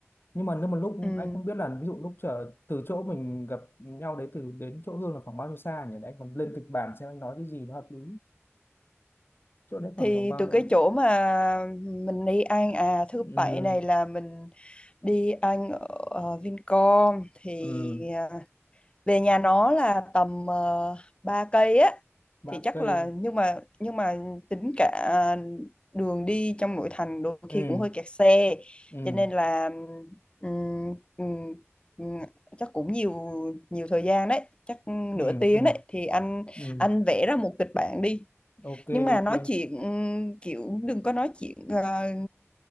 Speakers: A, on the left (about 50°); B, on the left (about 25°).
A: nhưng mà nếu mà lúc
B: ừ.
A: anh không biết là ví dụ lúc chở từ chỗ mình gặp nhau đấy từ đến chỗ Hương là khoảng bao nhiêu xa nhỉ để anh còn lên kịch bản xem anh nói cái gì nó hợp lý chỗ đấy khoảng
B: thì
A: tầm bao
B: từ cái chỗ mà mình đi ăn à thứ
A: ừ
B: bảy này là mình đi ăn ở ờ, Vincom thì
A: ừ
B: à, về nhà nó là tầm uh, 3 cây á
A: ba
B: thì chắc
A: cây
B: là nhưng mà nhưng mà tính cả đường đi trong nội thành đôi
A: ừ
B: khi cũng hơi kẹt xe
A: ừ
B: cho nên là ừm, ừm, ừm, chắc cũng nhiều nhiều thời gian đấy chắc
A: ừ
B: nửa tiếng
A: ừ
B: đấy thì anh
A: ừ
B: anh vẽ ra một kịch bản đi
A: ok
B: nhưng mà
A: ok
B: nói chuyện ừm, kiểu đừng có nói chuyện ờ,